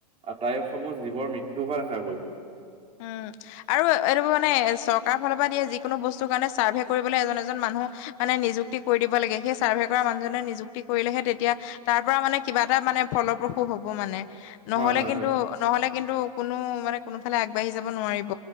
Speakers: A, on the right; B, on the left.
A: আটাইয়ে অসমৰে জীৱন-মৃত্যু হোৱা দেখা গ'ল।
B: উম, আৰু এইবোৰ মানে চৰকাৰ ফালৰ পৰা দিয়া যিকোনো বস্তু কাৰণে ছাৰ্ভে কৰিবলৈ এজন এজন মানুহ মানে নিযুক্তি কৰি দিব লাগে, সেই ছাৰ্ভে কৰা মানুহজনে নিযুক্তি কৰিলে সেই তেতিয়া তাৰ পৰা মানে কিবা এটা মানে ফলো প্ৰখু হ'ব মানে। নহ'লে
A: হয় হয়
B: কিন্তু,
A: হয়
B: নহ'লে কিন্তু কোনো মানে কোনোফালে আগ বাঢ়ি যাব নোৱাৰিব